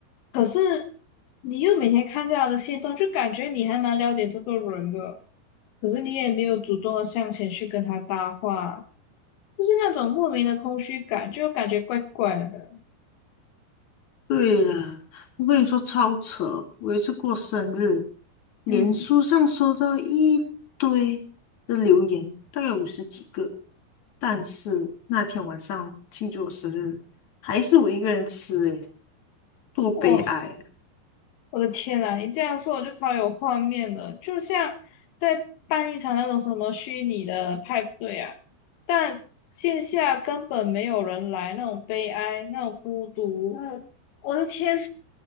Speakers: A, on the left (about 85°); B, on the left (about 45°).
A: 可是你又每天看着他的行动，就感觉你还蛮了解这个人的，可是你也没有主动的向前去跟他搭话，就是那种莫名的空虚感，就感觉怪怪的。
B: 对了，我跟你说超扯！我有一次过生日，脸书上收到一堆的留言，
A: 嗯，
B: 大概五十几个。但是那天晚上庆祝我生日，还是我一个人吃、诶，多悲哀
A: 哇。我的天呐，你这样说我就超有画面了，就像在办一场那种什么虚拟的派对啊，但线下根本没有人来，那种悲哀，那种孤独。嗯我的天，